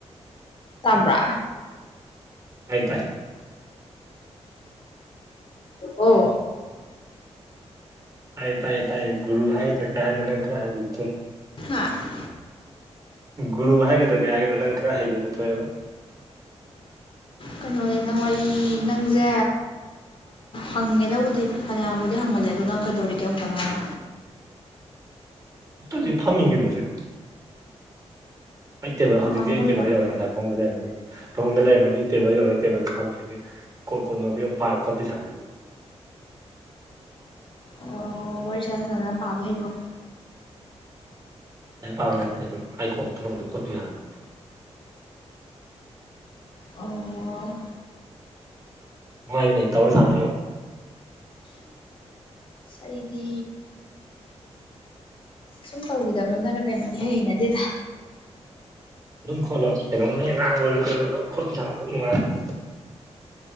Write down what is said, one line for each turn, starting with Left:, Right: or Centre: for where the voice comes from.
Left: ꯇꯥꯕ꯭ꯔꯥ
Right: ꯇꯥꯏ ꯇꯥꯏ
Left: ꯑꯣ
Right: ꯇꯥꯏꯌꯦ ꯇꯥꯏꯌꯦ ꯇꯥꯏꯌꯦ ꯒꯨꯔꯨ ꯍꯥꯏꯒꯗ꯭ꯔ ꯀꯩ ꯍꯥꯏꯅꯤ ꯅꯪ ꯈꯔ ꯍꯩꯕꯗꯨ ꯊꯣꯛꯑꯦ
Left: ꯍꯥꯥ
Right: ꯒꯨꯔꯨ ꯍꯥꯏꯒꯗ꯭ꯔꯥ ꯀꯩ ꯍꯥꯏꯒꯅꯣ ꯅꯪ ꯈꯔ ꯍꯩꯕꯗꯨ ꯊꯣꯛꯑꯦꯕ
Left: ꯀꯩꯅꯣꯅꯦ ꯅꯪ ꯋꯥꯔꯤ ꯅꯪꯁꯦ ꯍꯪꯉꯦ ꯅꯪꯕꯨꯗꯤ ꯐꯅꯌꯥꯝꯕꯨꯗꯤ ꯍꯪꯃꯜꯂꯦ ꯑꯗꯣ ꯅꯪ ꯀꯩꯗꯧꯔꯤꯒꯦ ꯑꯝꯇ ꯉꯥꯏꯌꯣ
Right: ꯇꯨꯁꯦ ꯐꯝꯃꯤ ꯀꯩꯅꯣ ꯍꯧꯖꯤꯛ ꯑꯩ ꯇꯦꯕꯜ ꯍꯧꯖꯤꯛꯇꯤ
Left: ꯃꯄꯥꯟꯗ
Right: ꯑꯩ
Left: ꯐꯝꯃꯤꯔꯣ
Right: ꯇꯦꯕꯜ ꯌꯧꯔꯦ ꯉꯁꯥꯏ ꯐꯃꯨꯡꯗ ꯂꯩꯔꯝꯕꯅꯤ ꯐꯃꯨꯡꯗ ꯂꯩꯔꯝꯃꯅꯤ ꯇꯦꯕꯜ ꯌꯧꯔꯦ ꯇꯦꯕꯜꯗ ꯐꯝꯃꯤ ꯑꯗꯩ ꯀꯣ ꯀꯣ ꯅꯣꯕꯤ ꯑꯃꯨꯛ ꯄꯥꯔꯒ ꯈꯣꯠꯄꯤ ꯁꯥꯟꯅꯔꯤ
Left: ꯑꯣ ꯋꯥꯔꯤꯁꯥ ꯁꯥꯗꯅ ꯄꯥꯕ ꯍꯩꯕꯔꯣ
Right: ꯂꯥꯢꯔꯤꯛ ꯄꯥꯕ ꯅꯠꯇꯦ ꯑꯗꯨꯝ ꯀꯣꯛꯇ ꯊꯣꯛꯂꯥꯛꯄꯗꯣ ꯈꯣꯠꯄꯤ ꯁꯥꯟꯅꯕꯅꯦ
Left: ꯑꯣ
Right: ꯅꯨꯡꯉꯥꯢꯕꯅꯦ ꯇꯧꯔ ꯁꯥꯟꯅꯔꯒ ꯌꯦꯡꯉꯣ
Left: ꯑꯩꯩꯗꯤ ꯁꯨꯝ ꯇꯧꯈꯤꯗꯕꯩꯔ ꯀꯩꯅꯣ ꯢꯍꯩ ꯍꯩꯅꯗꯦꯗ
Right: ꯑꯗꯨꯝ ꯈꯣꯠꯂꯣ ꯀꯩꯅꯣꯝ ꯑꯗꯨꯝ ꯉꯥꯡꯕ ꯑꯣꯏꯔꯣ ꯀꯩ ꯑꯣꯏꯔꯣ ꯑꯗꯨꯝ ꯈꯣꯠꯄꯤ ꯁꯥꯟꯅꯕ ꯑꯗꯨꯝ ꯅꯨꯡꯉꯥꯏꯕꯅꯦ